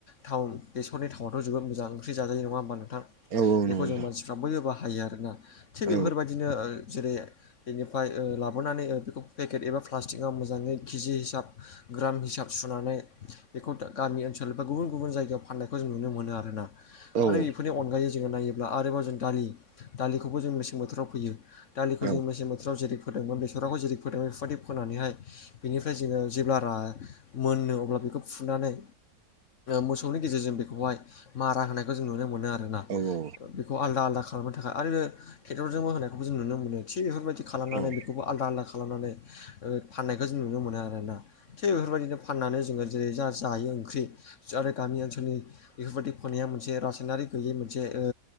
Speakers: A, on the left; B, on the right.
A: थावन बेसरनि थाउावाथ' जोबोद मोजां ओंख्रि जाजायो नङा होनोब्लानो थां
B: नंगौ
A: बेखौ
B: नोंथां
A: जों मानसिफ्रा बयबोबोाहायो आरोना थिग
B: औ नंगौ
A: बेफोरबादिनो जेरै बेनिफ्राय लाबोनानै बेखौ पेकेट एबा प्लास्टिकआव मोजाङै केजि हिसाब ग्राम हिसाब सुनानै बेखौ गामि ओनसोल बा गुबुन गुबुन जायगायाव फाननायखौ जों नुनो मोनो आरोना
B: नोंथां
A: आरो बेफोरनि
B: औ
A: अनगायै जोङो नायोब्ला आरोबाव जों दालि दालिखौबो जों मेसें बोथोराव फैयो दालिखौ
B: औ
A: जों मेसें बोथोराव जेरै फोदोंमोन बेसरावखौ जेरै फोदोंमोन बेफोरबादि फोनानैहाय बेनिफ्राय जोङो जेब्ला रा मोनो अब्ला फुनानै मोसौनि गेजेरजों बेखौहाय मारा होनायखौ जों नुनो मोनो आरो। आरोना
B: औ नंगौ
A: बेखौ आलदा आलदा खालामनो थाखाय आरो बे ट्रेक्टरजोंबो होनायखौबो जों नुनो मोनो थिग बेफोरबादि खालामनानै
B: नोंथां
A: बेफोरखौ आलदा आलदा खालामनानै फनाय जों नुनो मोन आरोना बेफोरबादिनो फाननानै जोङो जेरै जा-जायो ओंख्रि नाथाइ गामि ओनसोलनि बेफोरबायदि खनाया मोनसे रासायनारि गैयै मोनसे ओ